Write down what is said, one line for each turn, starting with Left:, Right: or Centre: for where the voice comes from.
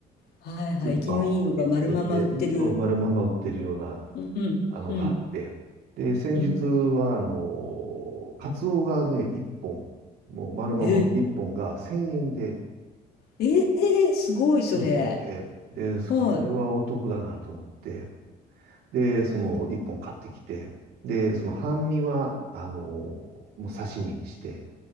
Left: はいはい、
Right: スーパーを見つけて、
Left: 生きのいいのが丸まま売ってる。
Right: そう、丸まんま売ってるような、
Left: うん、
Right: あのがあって。
Left: うん、
Right: で、先日は、
Left: うん。
Right: あの、カツオがね、1本、もう丸まんま1本が1000円で
Left: えええー、すごい、それ。
Right: 売ってて、で、
Left: は
Right: これはお得だなと思って、で、その1本買ってきて、
Left: い。いや
Right: で、その半身は、あの、もう刺身にして、